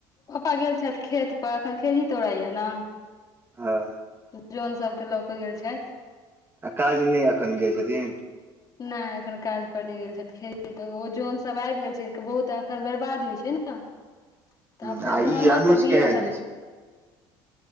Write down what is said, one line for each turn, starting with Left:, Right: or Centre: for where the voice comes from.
Left: ओपा गेल छथि खेत पर एखन खेड़ी तौड़ाया ने
Right: हँ
Left: जौन सभके लऽ कऽ गेल छथि
Right: आ काज नहि एखन जाइ छथिन
Left: नहि एखन काज पर नहि गेल छथि खेती ओ जन सब आबि गेल छै बहुत एखन बर्बाद होइ छै ने तऽ आब
Right: ह
Left: फेर
Right: आ
Left: धानो
Right: ई अनुज
Left: सब बिया
Right: केहन
Left: सब
Right: अछि